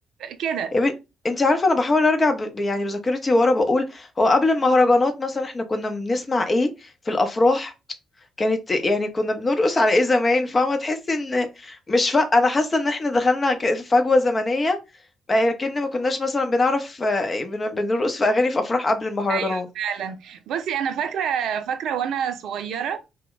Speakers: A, on the right (about 60°); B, on the left (about 30°).
A: كده
B: إيه ب- انت عارفة انا بحاول ارجع ب... ب- يعني بذاكرتي ورا بقول هو قبل المهرجانات مثلا احنا كنا بنسمع ايه في الافراح كانت يعني كنا بنرقص على ايه زمان فاهمة تحس ان مش ف... انا حاسة ان احنا دخلنا ك- في فجوة زمنية لكن ما كناش مثلا بنعرف آه، بن- بنرقص في اغاني في افراح قبل المهرجانات
A: ايوه فعلا بصي انا فاكره فاكره وانا صغيره